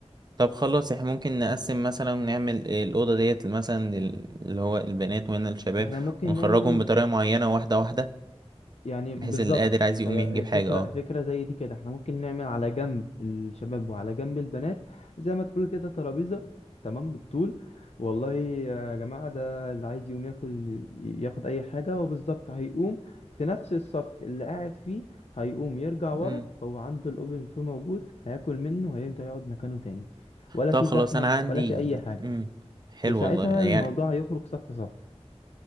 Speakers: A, on the right (about 40°); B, on the left (about 70°).
A: طب خلاص احنا ممكن نقسم مثلا نعمل الأوضة ديت مثلا ال- اللي هو البنات وهنا الشباب
B: احنا ممكن
A: ونخرجهم
B: نعمل
A: بطريقة معينة واحدة واحدة
B: يعني بالظبط
A: بحيث اللي قادر عايز يقوم
B: هي
A: يجيب حاجة
B: فكرة
A: اه
B: فكرة زي دي كده احنا ممكن نعمل على جنب الشباب وعلى جنب البنات زي ما تقول كده ترابيزة تمام بالطول والله يا جماعة ده اللي عايز يقوم ياكل ياخد أي حاجة وبالظبط هيقوم في نفس الصف اللي قاعد فيه هيقوم يرجع ورا
A: مم.
B: هو عنده الأوبن فيه موجود هياكل منه وهيرجع يقعد مكانه تاني ولا
A: طب
B: في
A: خلاص
B: زحمة
A: انا عندي
B: ولا في أي حاجة
A: مم. حلو
B: وساعتها
A: والله يعني
B: الموضوع هيخرج صف صف